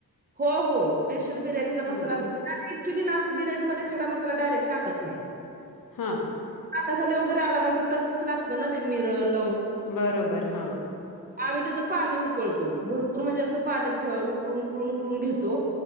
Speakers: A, on the right (about 25°); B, on the left (about 65°).
A: हो हो स्पेशल बिर्याणीचा
B: हं.
A: मसाला ऍक्चुअली ना बिर्याणी मध्ये खडा मसाला डायरेक्ट टाकत नाही
B: हां.
A: आता खाली वगैरे आला ना असं कच लागतं ना ते मिरल
B: बरोबर हा
A: आम्ही त्याचं पाणी उकळतो भरपूर म्हणजे असं पाण्यात उकळून उकळून उकळू घेतो